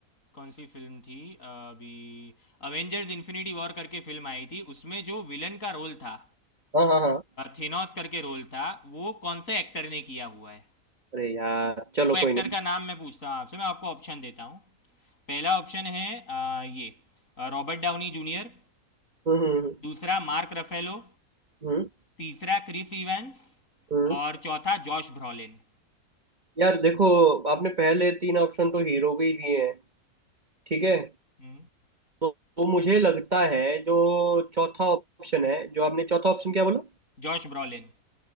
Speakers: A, on the left; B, on the right.
A: कौन सी फिल्म थी अ, अभी अवेंजर्स इन्फिनिटी वॉर करके फिल्म आई थी उसमें जो विलन का रोल था
B: हाँ हाँ हाँ
A: थेनोस करके रोल था वो कौन से एक्टर ने किया हुआ है
B: अरे यार चलो
A: वो एक्टर
B: कोई नहीं
A: का नाम मैं पूछता हूँ आपसे मैं आपको ऑप्शन देता हूँ पहला ऑप्शन है अ, ये रॉबर्ट डाउनी जूनियर
B: हम्म हम्म
A: दूसरा मार्क रफेलो
B: हम्म
A: तीसरा क्रिस इवेंस
B: हम्म,
A: और चौथा जॉश ब्रॉलिन
B: यार देखो आपने पहले तीन ऑप्शन तो हीरो के ही दिए हैं ठीक है
A: हम्म,
B: तो, तो मुझे लगता है जो चौथा ऑप्शन है जो आपने चौथा ऑप्शन क्या बोला
A: Josh Brolin